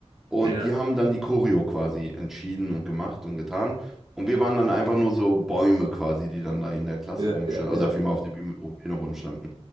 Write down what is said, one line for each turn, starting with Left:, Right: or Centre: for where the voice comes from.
Centre: und
Right: Ja,
Centre: die haben dann die Choreo quasi entschieden und gemacht und getan. Und wir waren dann einfach nur so Bäume quasi, die dann da in der Klasse
Right: Ja,
Centre: rumstanden,
Right: ja,
Centre: also
Right: ja.
Centre: vielmehr auf der Bühne, Bühne rumstanden.